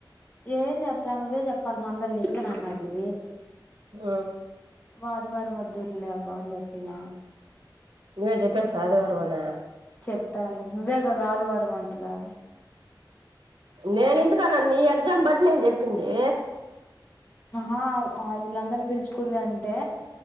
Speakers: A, on the left; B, on the right.
A: ఏం చెప్పాల నువ్వే చెప్పాలి మందరివే నామ్న్నది
B: ఉమ్
A: ఆదివారం వదుర్లే అవ్వా అని చెప్పిన.
B: నువే చెప్పే సాదివర్వామనా
A: చెప్పాలి నువ్వే కదా ఆదివారం అంటివా
B: నేను ఎందుకన్నా నీ ఎగ్జాం బట్ నేను చెప్పింది
A: ఆహా వీళ్ళందరిని పిలుచుకుంది అంటే